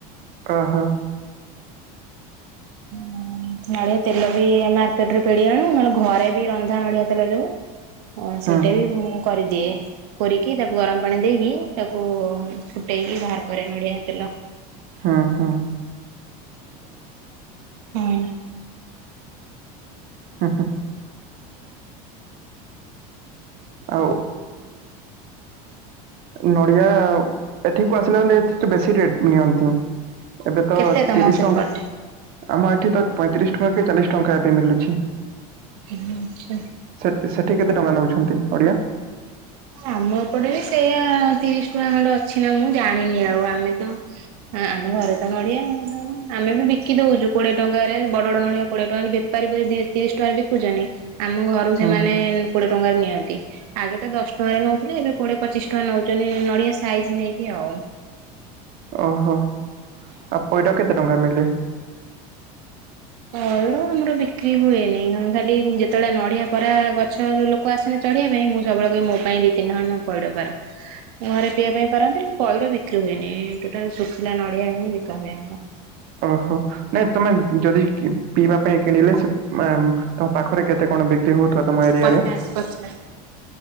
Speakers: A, on the right (about 50°); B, on the right (about 80°).
A: ଓହୋଃ।
B: <inaudible> ନଡ଼ିଆ ତେଲ ବି ମାର୍କେଟରୁ ପେଡ଼ି ଆଣୁ ନ ହେଲେ ଘରେ ବି ରନ୍ଧା ନଡ଼ିଆ ତେଲ। <unintelligible> ଓ
A: ହୁଁ
B: ସେଇଟା ବି ମୁଁ କରିଦିଏ। କରିକି ତାକୁ ଗରମ ପାଣି ଦେଇକି ତାକୁ ଫୁଟାଇକି ବାହାର କରେ ନଡ଼ିଆ ତେଲ।
A: ଓହୋଃ।
B: ହଁ।
A: ହଁ ହଁ। ଆଉ ନଡ଼ିଆ ଏଠିକୁ ଆସିଲା ବେଳେ ଏଠି ବେଶୀ ରେଟ୍ ନିଅନ୍ତି। ଏବେ ତ
B: କେତେ ତମ
A: ତିରିଶ
B: ସେପଟେ?
A: ଟଙ୍କା ଆମ ଏଠି ତ ପଇଁତିରିଶ ଟଙ୍କା କି ଚାଳିଶ ଟଙ୍କା ଏବେ ମିଳୁଛି।
B: ଆଚ୍ଛା।
A: ସେ ସେଠି କେତେ ଟଙ୍କା ନେଉଛନ୍ତି ନଡ଼ିଆ?
B: ଆମ ଏପଟେ ବି ସେଇୟା ତିରିଶ ଟଙ୍କା ଖଣ୍ଡେ ଅଛି ନା ମୁଁ ଜାଣିନି ଆଉ ଆମେ ତ ହଁ ଆମ ଘରେ ତ ନଡ଼ିଆ ଆମେ ବି ବିକି ଦଉଛୁ କୋଡ଼ିଏ ଟଙ୍କାରେ ବଡ଼ ବଡ଼ ନଡ଼ିଆ କୋଡିଏ ଟଙ୍କା <unintelligible> ତିରିଶ ଟଙ୍କାରେ ବି ବିକୁଛନ୍ତି। ଆମ ଘରକୁ
A: ହୁଁ
B: ସେମାନେ କୋଡ଼ିଏ ଟଙ୍କାରେ ନିଅନ୍ତି। ଆଗେ ତ ଦଶ ଟଙ୍କା ରେ ନେଉଥିଲେ ଏବେ କୋଡ଼ିଏ ପଚିଶି ଟଙ୍କା ନେଉଛନ୍ତି ନଡ଼ିଆ ସାଇଜ୍ ନେଇକି ଆଉ।
A: ଓହୋଃ। ଆଉ ପଇଡ଼ କେତେ ଟଙ୍କା ନେଲେ?
B: ପଇଡ଼ ଆମର ବିକ୍ରି ହୁଏନି ଖାଲି ଯେତେବେଳେ ନଡ଼ିଆ ପରା ଗଛ ଲୋକ ଆସନ୍ତି ଚଢ଼ିବା ପାଇଁ ମୁଁ ସବୁବେଳେ କହିବି ମୋ ପାଇଁ ଦି ତିନିଟା ଖଣ୍ଡେ ପଇଡ଼ ପାର। ଘରେ ପିଇବା ପାଇଁ ପାରନ୍ତି, ପଇଡ଼ ବିକ୍ରି ହୁଏନି ଟୋଟାଲ ଶୁଖିଲା ନଡ଼ିଆ ହିଁ ବିକା ହୁଏ ଆମର।
A: ଓହୋଃ। ନାଇଁ ତମେ ଯଦି ପିଇବା ପାଇଁ କିଣିଲେ ସେ ତମ ପାଖରେ କେତେ କଣ ବିକ୍ରି ହଉଥିବା ତମ ଏରିଆରେ?
B: ପଚାଶ ପଚାଶ।